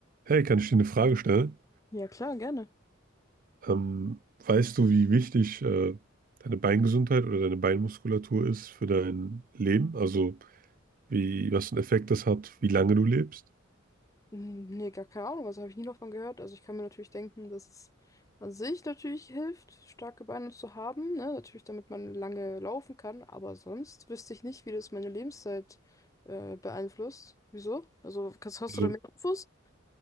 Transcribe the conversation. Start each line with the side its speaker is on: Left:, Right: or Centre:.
Right: Hey, kann ich dir eine Frage stellen?
Left: Ja, klar, gerne.
Right: Ähm, weißt du, wie wichtig äh, deine Beingesundheit oder deine Beinmuskulatur ist für dein Leben? Also, wie, was für einen Effekt das hat, wie lange du lebst?
Left: Hm, Nee, gar keine Ahnung, also habe ich nie davon gehört. Also ich kann mir natürlich denken, dass es an sich natürlich hilft, starke Beine zu haben, ne? Natürlich, damit man lange laufen kann, aber sonst wüsste ich nicht, wie das meine Lebenszeit äh, beeinflusst. Wieso? Also kannst, hast
Right: Also,
Left: du da mehr Infos?